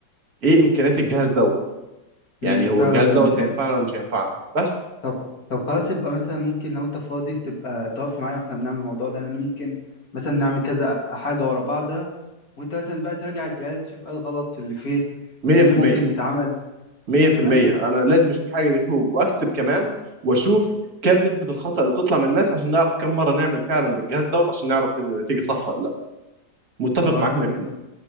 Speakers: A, on the right; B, on the left.
A: ايه امكانيات الجهاز دوت يعني
B: أمم،
A: هو
B: فعلا
A: الجهاز دوت هينفعنا ولا مش هينفعنا بس
B: طب طب خلاص يبقى مثلا ممكن لو انت فاضي تبقى تقف معايا واحنا بنعمل الموضوع ده لان ممكن مثلا نعمل كذا حاجه ورا بعضها وانت مثلا بقى تراجع الجهاز شوف ايه الغلط في اللي فيه
A: 100%
B: ايه اللي ممكن يتعمل
A: 100%
B: تمام
A: انا لازم اشوف حاجه زي كده واكتب كمان واشوف كم نسبه الخطا اللي بتطلع من الناس عشان نعرف كم مره نعمل فعلا بالجهاز دوت عشان نعرف ان النتيجه صح ولا لا متفق
B: خلاص
A: معاك 100%
B: تمام